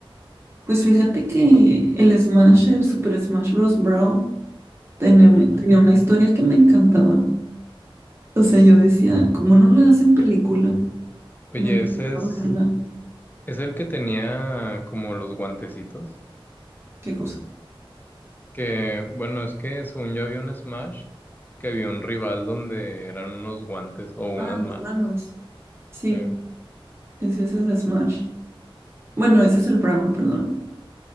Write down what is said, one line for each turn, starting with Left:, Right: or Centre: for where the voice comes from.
Right: Pues fíjate que el Smash, el Super Smash Bros. Brawl. Tenía,
Left: Ajá.
Right: tenía una historia que me encantaba. O sea, yo decía, ¿cómo no la hacen película?
Left: Oye,
Right: Me encantó
Left: ese es,
Right: verla.
Left: es el que tenía como los guantecitos,
Right: ¿Qué cosa?
Left: que bueno, es que según yo había un Smash, que había un rival donde eran unos guantes o unas
Right: Ah,
Left: manos.
Right: las manos. Sí,
Left: Sí,
Right: ese es el Smash. Bueno, ese es el Brawl, perdón.